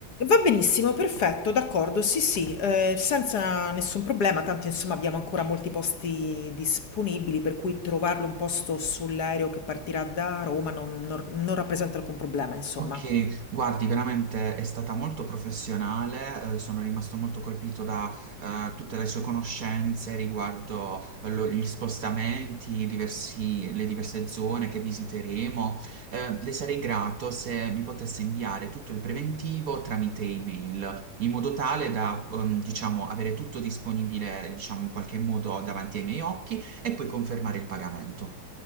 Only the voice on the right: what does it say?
Ok, guardi, veramente è stata molto professionale, eh, sono rimasto molto colpito da eh, tutte le sue conoscenze riguardo eh, lo- gli spostamenti, i diversi- le diverse zone che visiteremo. Eh, le sarei grato se mi potesse inviare tutto il preventivo tramite email, in modo tale da, ehm, diciamo, avere tutto disponibile, diciamo, in qualche modo davanti ai miei occhi e poi confermare il pagamento.